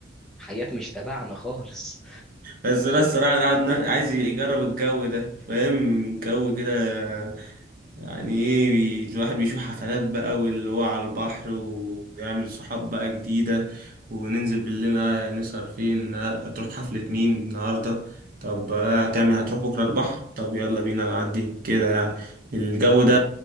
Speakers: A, in the centre; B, on the right.
A: حاجات مش تبعنا خالص
B: بس انا الصراحه أنا عاد- عايز يجرب الجو ده فاهم جو كده يعني ايه بي- الواحد بيشوف حفلات بقى واللي هو على البحر ويعمل صحاب بقى جديده وننزل بالليل آه، نسهر فين آه، هتروح حفله مين النهارده طب آه، هتعمل هتروح بكره البحر طب يلا بينا نعدي كده يعني الجو ده